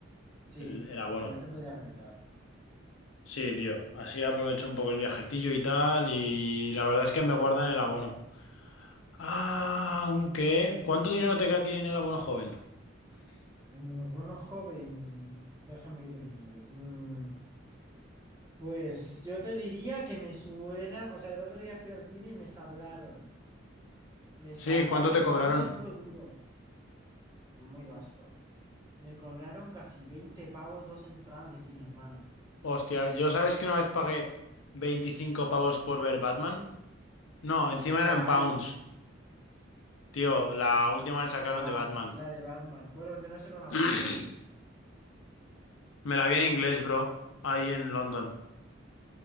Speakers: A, on the right; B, on the left.
A: sí,
B: el, el abono.
A: tal vez te podría rentar.
B: Sí, tío, así aprovecho un poco el viajecillo y tal, y la verdad es que me guardan el abono. Ah, aunque, ¿cuánto dinero te tiene el abono joven?
A: Un bono joven, déjame que te lo mire. Mm, pues yo te diría que me suena, o sea, el otro día fui al cine y me sablaron. Me sablaron
B: Sí, ¿cuánto te cobraron?
A: duro, duro, duro. Muy vasto. Me cobraron casi 20 pavos dos entradas de cine, hermanos.
B: Hostia, yo sabes que una vez pagué 25 pavos por ver Batman. No, encima
A: ¿Cuál?
B: eran pounds. Tío, la última que sacaron
A: Ah,
B: de Batman.
A: la de Batman. Bueno, al menos era una buena
B: <laughs>
A: peli.
B: Me la vi en inglés, bro. Ahí en London.